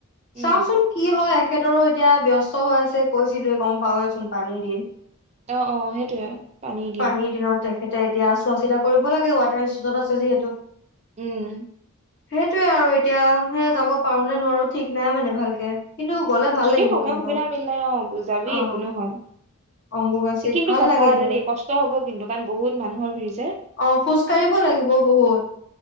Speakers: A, on the right; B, on the left.
A: উম
B: চাওচোন কি হয়। তেখেতৰো এতিয়া ব্যস্ত হৈ আছে। কৈছিলো গম পাৱচোন পানী দিন।
A: অ', অ', সেইটোৱে পানী দিন।
B: পানীৰ দিনত তেখেতে এতিয়া চোৱা চিতা কৰিব কব লাগে ৱাটাৰত আছে যিহেতু।
A: উম।
B: সেইটোয়ে আৰু এতিয়া সে যাব পাৰো নে নোৱাৰো ঠিক নাই মানে ভালকে। কিন্তু গ'লে ভাল
A: যদি
B: লাগিব
A: সময়
B: কিন্তু
A: সুবিধা মিলে অ যাবি
B: অ
A: একো নোহয়
B: অম্বুবাচীত
A: কিন্তু
B: ভাল
A: কথা
B: লাগে
A: এটা
B: গৈ
A: দেই কষ্ট হব কিন্তু কাৰণ বহুত মানুহৰ ভিৰ যে
B: অ খোজ কঢ়িব লাগিব বহুত